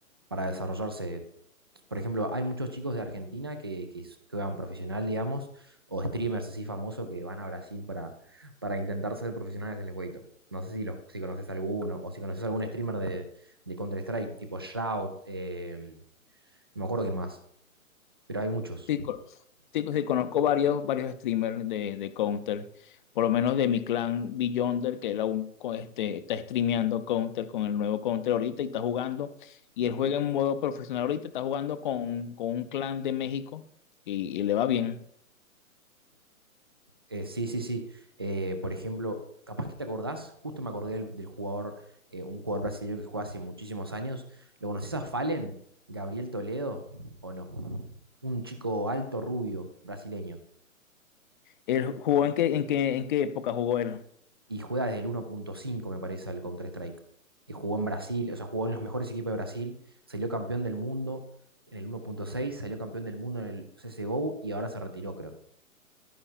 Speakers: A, on the right (about 20°); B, on the left (about 35°).
A: para desarrollarse. Por ejemplo, hay muchos chicos de Argentina que, que s- que juegan profesional, digamos, o streamers así famosos que van a Brasil para, para intentar ser profesionales en el jueguito. No sé si, los, si conoces alguno o si conoces algún streamer de, de Counter-Strike, tipo Shroud, eh, no me acuerdo quién más, pero hay muchos.
B: Sí, co- sí, sí, conozco varios, varios streamers de, de Counter, por lo menos de mi clan Beyonder, que él aún co- este, está streameando Counter con el nuevo Counter ahorita y está jugando, y él juega en modo profesional ahorita, está jugando con, con un clan de México y, y le va bien.
A: Eh, sí, sí, sí. Eh, por ejemplo, capaz que te acordás, justo me acordé del, del jugador, eh, un jugador brasileño que juega hace muchísimos años. ¿Lo conoces a Fallen? ¿Gabriel Toledo? ¿O no? Un chico alto, rubio, brasileño.
B: ¿Él jugó en qué, en qué, en qué época jugó él?
A: Y juega desde el uno punto cinco, me parece, al Counter-Strike. Eh, jugó en Brasil, o sea, jugó en los mejores equipos de Brasil, salió campeón del mundo en el uno punto seis. salió campeón del mundo en el CSGO y ahora se retiró, creo.